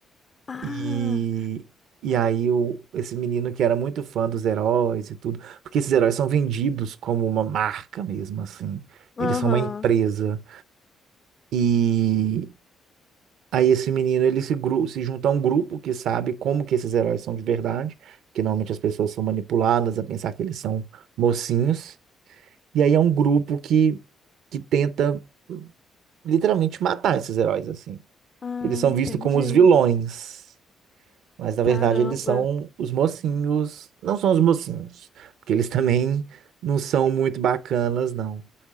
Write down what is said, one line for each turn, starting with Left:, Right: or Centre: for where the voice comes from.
Left: Ah,
Right: E, e aí o, esse menino que era muito fã dos heróis e tudo, porque esses heróis são vendidos como uma marca mesmo, assim.
Left: aham.
Right: Eles são uma empresa. E aí esse menino, ele se, gru- se junta a um grupo que sabe como que esses heróis são de verdade, que normalmente as pessoas são manipuladas a pensar que eles são mocinhos. E aí é um grupo que, que tenta hum, literalmente matar esses heróis, assim.
Left: Ah,
Right: Eles são
Left: entendi.
Right: vistos como os vilões. Mas na
Left: Caramba.
Right: verdade eles são os mocinhos. Não são os mocinhos, porque eles <laughs> também não são muito bacanas, não.